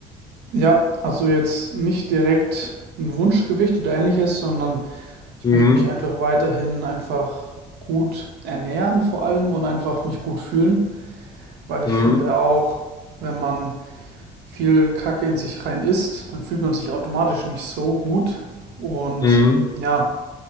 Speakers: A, on the right (about 80°); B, on the left (about 20°).
A: Ja, also jetzt nicht direkt ein Wunschgewicht oder ähnliches, sondern ich
B: Mhm.
A: möchte mich einfach weiterhin einfach gut ernähren vor allem und einfach mich gut fühlen. Weil ich
B: Mhm.
A: finde auch, wenn man viel Kacke in sich rein isst, dann fühlt man sich automatisch nicht so gut. Und
B: Mhm.
A: ja,